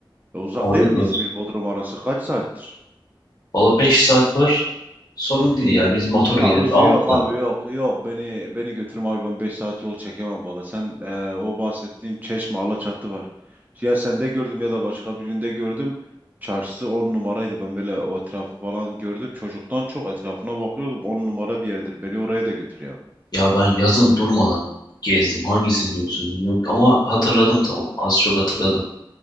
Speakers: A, on the right (about 20°); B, on the left (about 50°).
A: E, uzak
B: Orada
A: değil mi
B: kalacağız.
A: İzmir Bodrum arası? Kaç saattir?
B: Valla 5 saat var. Sorun değil ya. Biz motorla
A: Ya
B: gideriz
A: Ruzi
B: 6
A: yok
B: saat.
A: abi yok yok beni beni götürme abi ben 5 saat yol çekemem valla. Sen e, o bahsettiğim Çeşme Alaçatı var. Ya sende gördüm ya da başka birinde gördüm. Çarşısı 10 numaraydı ben böyle o etrafı falan gördüm. Çocuktan çok etrafına bakıyordum 10 numara bir yerdir beni oraya da götür ya.
B: Ya ben yazın durmadan gezdim. Hangisini diyorsun bilmiyorum. Ama hatırladım tamam. Az çok hatırladım.